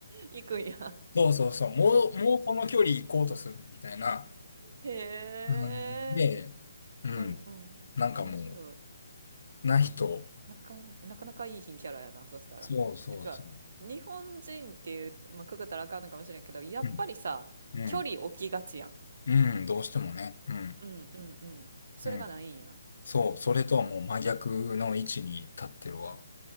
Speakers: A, on the right; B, on the left.
A: 行くんや。
B: そうそうそう。もう、もうこの距離行こうとするのみたいな。
A: <laughs> へえ。
B: うん、で、うん。
A: うんうん。
B: なんかもう、
A: 面白い。
B: な人。
A: なかなか、なかなかいい品キャラやな、そしたら。
B: そうそうそう。
A: なんか、日本人っていう、まあ、くくったらあかんのかもしれんけど、やっぱりさ、
B: うん。うん。
A: 距離置きがちやん。
B: うん。どうしてもね。うん。
A: うんうんうん。それがないんや。
B: うん。そう。それとはもう真逆の位置に立ってるわ。